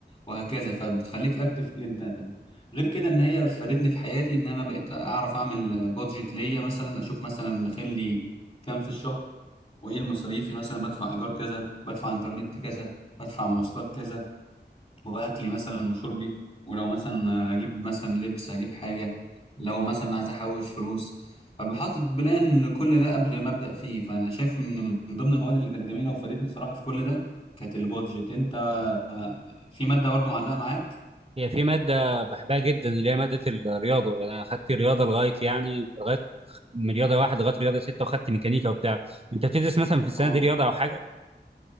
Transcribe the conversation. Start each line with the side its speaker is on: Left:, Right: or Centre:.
Left: وهكذا فبتخليك اكتف جدا غير كده ان هي فادتني في حياتي ان انا بقيت اعرف اعمل بادجت ليا مثلا اشوف مثلا داخل لي كام في الشهر وايه المصاريف مثلا بدفع ايجار كذا بدفع انترنت كذا بدفع مواصلات كذا واكلي مثلا وشربي ولو مثلا هجيب مثلا لبس هجيب حاجه لو مثلا عايز احوش فلوس فبحاطط بلان لكل ده قبل ما ابدا فيه فانا شايف ان من ضمن المواد اللي كانت جميله وفادتني الصراحه في كل ده كانت البادجت انت آه، في ماده برضو معلقه معاك
Right: هي في مادة بحبها جدا اللي هي مادة الرياضة يعني أنا أخدت الرياضة لغاية يعني لغاية من رياضة واحد لغاية رياضة ستة وأخدت ميكانيكا وبتاع أنت بتدرس مثلا في السنة
Left: اه
Right: دي رياضة أو حاجة